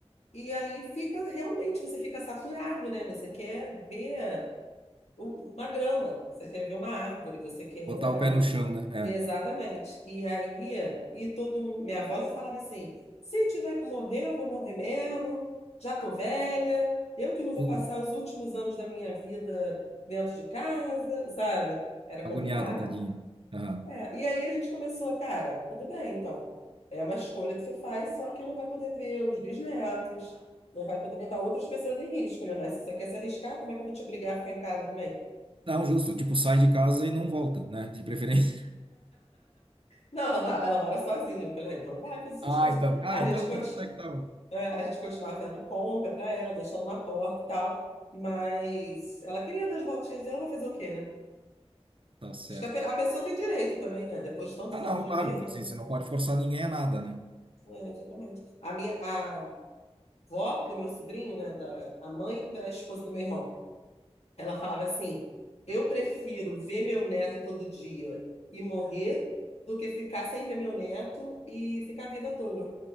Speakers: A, on the left (about 75°); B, on the right (about 50°).
A: E aí fica, realmente, você fica saturado, né? Você quer ver o- uma grama, você quer ver uma árvore, você quer
B: Botar o pé no chão, né? É.
A: Exatamente. E aí, e todo mundo, minha avó já falava assim: se tiver que morrer, eu vou morrer mesmo, já tô velha, eu que não vou
B: Puh,
A: passar os últimos anos da minha vida dentro de casa, sabe? Era
B: agoniada,
A: complicado.
B: tadinha. Aham.
A: É, e aí a gente começou, cara, tudo bem, então. É uma escolha que você faz, só que não vai poder ver os bisnetos, não vai poder botar outras pessoas em risco, né? Mas se você quer se arriscar, como é que eu vou te obrigar a ficar em casa também?
B: Não, justo. Tipo, sai de casa e não volta, né? De preferência. <laughs>
A: Não, ela, ela mora sozinha. Eu falei, ah, então vai fazer suas
B: Ah,
A: coisas.
B: então. Ah,
A: A
B: então,
A: gente
B: então até que tá.
A: É, a gente continuava fazendo compra pra ela, deixando na porta e tal. Mas ela queria dar as voltinhas dela, vai fazer o quê, né?
B: Tá certo.
A: Acho que a, pe- a pessoa tem direito também, né? Depois de tantos
B: Ah,
A: anos
B: não,
A: de
B: claro,
A: vida.
B: assim, você não pode forçar ninguém a nada, né?
A: É, exatamente. A minha, a vó do meu sobrinho, né? Da, a mãe da esposa do meu irmão, ela falava assim: Eu prefiro ver meu neto todo dia e morrer do que ficar sem ver meu neto e ficar viva à toa,